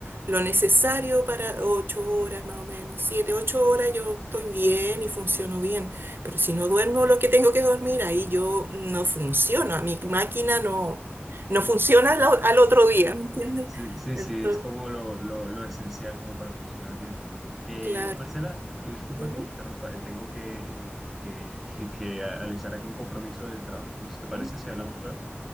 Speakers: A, on the right; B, in the centre.
A: Lo necesario para ocho horas más o menos, siete, ocho horas yo estoy bien y funciono bien pero si no duermo lo que tengo que dormir, ahí yo no funciono, a mi máquina no, no
B: <laughs>
A: funciona al, o- al otro día, ¿me entiendes?
B: Sí, sí,
A: Entonces,
B: sí, es como lo, lo, lo esencial como para funcionar bien. Eh,
A: claro.
B: Marcela, tu disculpa
A: Ujú,
B: que te interrumpa, eh, tengo que, eh, que, <laughs> que alistar aquí un compromiso del trabajo, entonces,
A: ujú.
B: ¿te parece si hablamos luego?